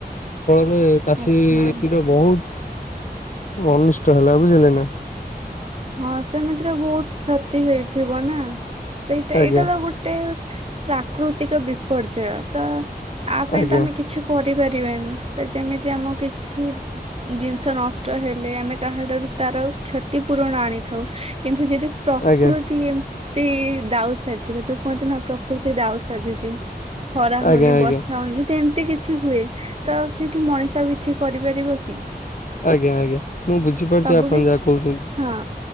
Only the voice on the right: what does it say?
ଆଚ୍ଛା।
ହଁ ସେମିତିରେ ବହୁତ୍ କ୍ଷତି ହେଇଥିବ ନା ସେଇଟା
ଏଇଟା ତ ଗୋଟେ ପ୍ରାକୃତିକ ବିପର୍ଯ୍ୟୟ ତ ଆ ପାଇଁ
ତ ଆମେ କିଛି କରିପାରିବାନି ତ ଯେମିତି ଆମକୁ କିଛି ଜିନିଷ ନଷ୍ଟ ହେଲେ ଆମେ କାହାଠାରୁ ତାର କ୍ଷତି ପୁରଣ ଆଣିଥାଉ। କିନ୍ତୁ ଯଦି ପ୍ରକୃତି
ତି ଦାଉ ସାଝିବ। ଯୋଉକହନ୍ତି ନା ପ୍ରକୃତି ଦାଉ ସାଧିଚି। ଖରା
ହୋଉନି
ବର୍ଷା ହୋଉନି ତ ଏମତି କିଛି ହୁଏ ତ ସେଇଠି ମଣିଷ କିଛି କରିପାରିବ କି?
ସବୁ
କିଛି
ହଁ